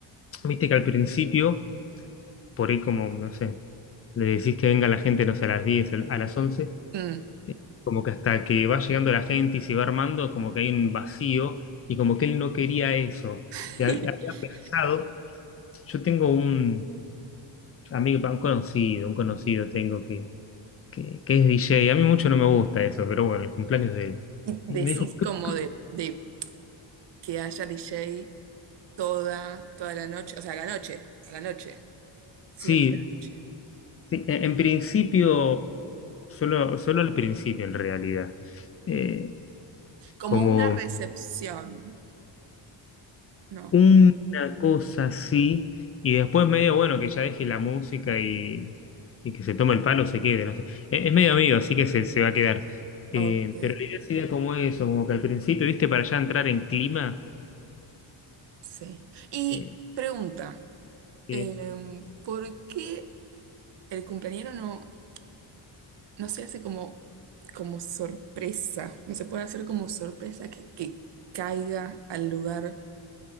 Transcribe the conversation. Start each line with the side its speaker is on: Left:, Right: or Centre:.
Left: viste que al principio por ahí como, no sé, le decís que venga la gente, no sé, a las 10 el- a las once
Right: Mm.
Left: eh, como que hasta que va llegando la gente y se va armando, como que hay un vacío y como que él no quería eso.
Right: <laughs>
Left: Y hab- había pensado, yo tengo un amigo, un conocido, un conocido tengo que, que, que es DJ, a mí mucho no me gusta eso, pero bueno, el cumpleaños de él.
Right: Y decís
Left: Y me dijo, ¿por qué-
Right: como
Left: por
Right: de,
Left: qué?
Right: de que haya DJ toda, toda la noche, o sea, a la noche, a la noche. Sí,
Left: Sí,
Right: o sea, a la noche.
Left: sí, en en principio, solo, solo al principio en realidad. Eh,
Right: Como
Left: como
Right: una recepción, ¿no?
Left: Una cosa así. Y después medio, bueno, que ya deje la música y, y que se tome el palo, se quede, no sé. Es, es medio amigo, así que se, se va a quedar. Eh,
Right: Ok.
Left: pero la idea sería como eso, como que al principio, viste, para ya entrar en clima,
Right: Sí. Y
Left: eh,
Right: pregunta,
Left: eh,
Right: em, ¿por qué el cumpleañero no, no se hace como, como sorpresa? No se puede hacer como sorpresa que, que caiga al lugar